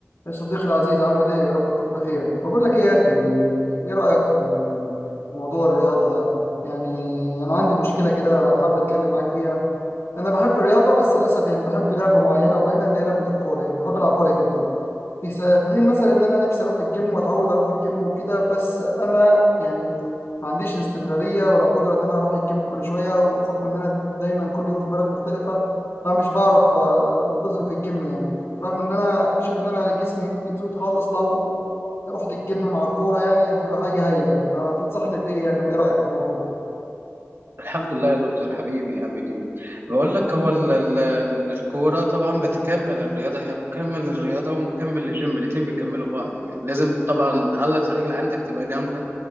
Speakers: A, on the left; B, on the right.
A: يا صديقي العزيز عامل ايه يا رب تكون بخير بقول لك ايه يا اخي ايه رأيك في في موضوع الرياضة ده يعني انا عندي مشكلة كده حابب اتكلم معاك فيها انا بحب الرياضة بس للاسف يعني بحب لعبة معينة وبينها اللي هي لعبة الكورة يعني بحب العب كورة جدا في س- في حين مثلا ان انا نفسي اروح الجيم واتعود اروح الجيم وكده بس انا يعني ما عنديش استمراريه ولا قدره ان انا اروح الجيم كل شويه وبحكم ان انا دايما كل يوم في بلد مختلفه فمش بعرف آه، انتظم في الجيم يعني رغم ان انا شايف ان انا جسمي ممكن يتظبط خالص لو رحت الجيم مع الكوره يعني هتبقى حاجه هايله يعني فتنصحني بايه يعني وايه رايك في الموضوع
B: الحمد لله يا دكتور حبيبي عامل ايه بقول لك هو ال ال ال- الكوره طبعا بتكمل الرياضه هي مكمل للرياضه ومكمل للجيم الاتنين بيكملوا بعض يعني لازم طبعا عضله الرجل عندك تبقى جامده